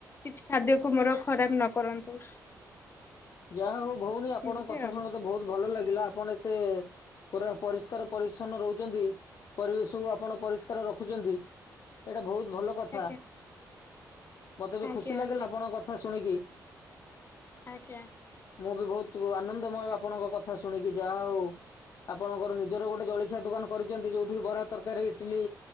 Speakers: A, on the left; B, on the left.
A: କିଛି ଖାଦ୍ୟକୁ ମୋର ଖରାପ ନ କରନ୍ତୁ।
B: ଯାହା ହଉ ଭଉଣୀ ଆପଣଙ୍କ
A: ଏମିତି
B: କଥା
A: ଆଉ
B: ଶୁଣିକୁ ମତେ ବହୁତ ଭଲ ଲାଗିଲା ଆପଣ ଏତେ ପୁରା ପରିଷ୍କାର ପରିଛନ୍ନ ରହୁଛନ୍ତି ପରିବେଶକୁୁ ଆପଣ ପରିଷ୍କାର ରଖୁଛନ୍ତି। ଏଇଟା ବହୁତ ଭଲ କଥା
A: ଆଜ୍ଞା
B: ମତେ ବି
A: ଆଜ୍ଞା
B: ଖୁସି ଲାଗିଲା ଆପଣଙ୍କ କଥା ଶୁଣିକି।
A: ଆଜ୍ଞା।
B: ମୁଁ ବି ବହୁତୁ ଆନନ୍ଦମୟ ଆପଣଙ୍କ କଥା ଶୁଣିକି ଯାହା ହଉ। ଆପଣଙ୍କର ନିଜର ଗୋଟେ ଜଳଖିଆ ଦୋକାନ କରିଚନ୍ତି ଯୋଉଠିକି ବରା, ତରକାରୀ, ଇଟିଲି